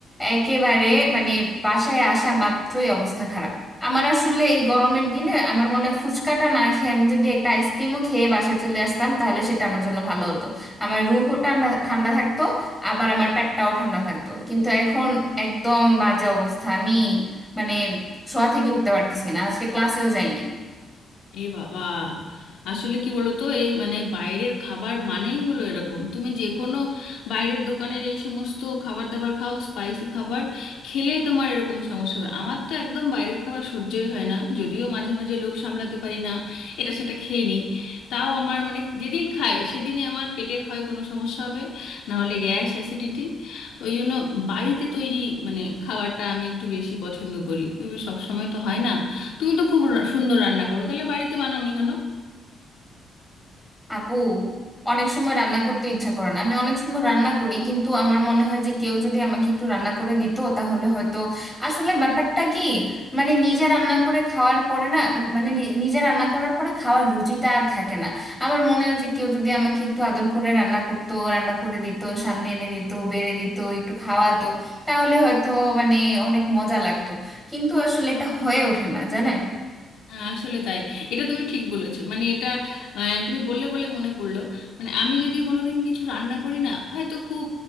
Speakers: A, in the centre; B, on the left (about 85°).
A: একেবারে মানে বাসায় আসা মাত্রই অবস্থা খারাপ আমার আসলে এই গরমের দিনে আমার মনে হয় ফুচকাটা না খেয়ে আমি যদি একটা আইসক্রিমও খেয়ে বাসায় চলে আসতাম তাহলে সেটা আমার জন্য ভালো হতো আমার রুহও ঠান্ডা ঠান্ডা থাকতো আবার আমার পেটটাও ঠান্ডা থাকতো কিন্তু এখন একদম বাজে অবস্থা আমি মানে শোয়া থেকে উঠতে পারতেছি না আজকে ক্লাসেও যাইনি
B: এ বাবা আসলে কি বলতো এই মানে বাইরের খাবার মানেই হলো এরকম তুমি যে কোনো বাইরের দোকানের এই সমস্ত খাবার দাবার খাও স্পাইসি খাবার খেলেই তোমার এরকম সমস্যা হবে আমার তো একদম বাইরের খাবার সহ্যই হয় না যদিও মাঝে মাঝে লোভ সামলাতে পারি না এটা সেটা খেয়ে নিই তাও আমার মানে যেদিন খাই সেদিনই আমার পেটের হয় কোনো সমস্যা হবে না হলে গ্যাস অ্যাসিডিটি ওই জন্য বাড়িতে তৈরি মানে খাবারটা আমি একটু বেশি পছন্দ করি সব সময় তো হয় না তুমি তো খুব রা- সুন্দর রান্না করো তাহলে বাড়িতে বানাওনি কেন
A: আপু অনেক সময় রান্না করতে ইচ্ছা করে না আমি অনেক সুন্দর রান্না করি কিন্তু আমার মনে হয় যে কেউ যদি আমাকে একটু রান্না করে দিত তাহলে হয়তো আসলে ব্যাপারটা কি মানে নিজে রান্না করে খাওয়ার পরে না উম, মানে নি- নিজে রান্না করার পরে খাওয়ার রুচিটা আর থাকে না আমার মনে হয় যে কেউ যদি আমাকে একটু আদর করে রান্না করতো রান্না করে দিত সামনে এনে দিত বেড়ে দিত একটু খাওয়াতো তাহলে হয়তো মানে অনেক মজা লাগতো কিন্তু আসলে এটা হয়ে ওঠে না জানেন
B: আহ, আসলে তাই এটা তুমি ঠিক বলেছো মানে এটা আহ, তুমি বললে বলে মনে পড়লো মানে আমি যদি কোনোদিন কিছু রান্না করি না হয়তো খুব